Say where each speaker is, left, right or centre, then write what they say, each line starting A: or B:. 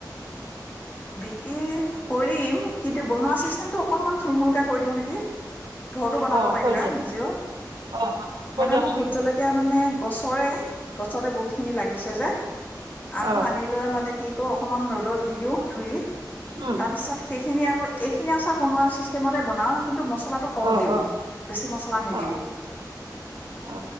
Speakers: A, on the left; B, on the right.
A: বিকি। কৰিম, কিন্তু বনোৱা চিষ্টেমটো অকনমান থুলমূলকে কৈ দিও নেকি? ঘৰতো বনাব
B: অ
A: পাৰিবা
B: কৈ দিয়ক
A: নিজেও,
B: অ কৈ
A: মানে
B: দিয়কচোন
A: মই ভোত জলকীয়া মানে। গছৰে, গছতে বহুতখিনি লাগিছে যে। আনো
B: অ
A: আনি লৈ মানে। সেইটো অকণমান ৰ'দত দি দিওঁ। ধুইয়ে।
B: উম
A: তাৰ পিছত। সেইখিনি আকৌ এইখিনি আচাৰ বনোৱা ছিষ্টেমতে বনাওঁ। কিন্তু মছলাটো কম
B: অ
A: দিওঁ,
B: অ
A: বেছি মছলা নিদিওঁ।
B: অ অ